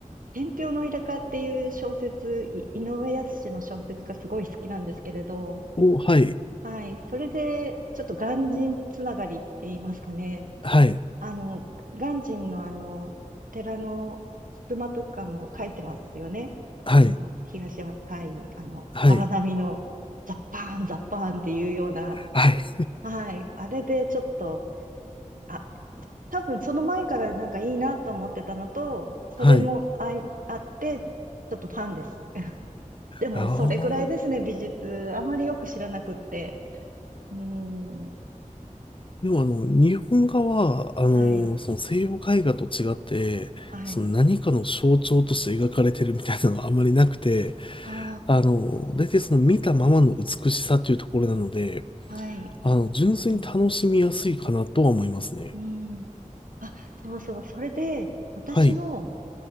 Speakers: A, on the right; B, on the left.
A: 天平のイルカっていう小説、い井上靖の小説がすごい好きなんですけれど、
B: お、はい。
A: はい、それで、ちょっと鑑真つながりって言いますかね。
B: はい。
A: あの、鑑真のあの、お寺の襖とかも書いてますよね。
B: はい。
A: あの、東山向あの、
B: はい。
A: 荒波のザッパーン、ザッパーンっていうような、
B: はい。
A: はい、あれでちょっと、あ、多分その前からなんかいいなと思ってたのと、それもあい、
B: はい。
A: あって、ちょっとファンです。<laughs> でも、
B: ああ。
A: それぐらいですね、美術。あまりよく知らなくって。うーん、
B: でもあの、日本画は、あの、
A: はい、
B: その西洋絵画と違って、
A: はい。
B: その何かの象徴として描かれてるみたいなのがあんまりなくて、
A: あ
B: あの、大体その見たままの美しさというところなので、
A: あ、はい。
B: あの、純粋に楽しみやすいかなとは思いますね。
A: なるほどうん。あ、そうそう。それで、私の
B: はい、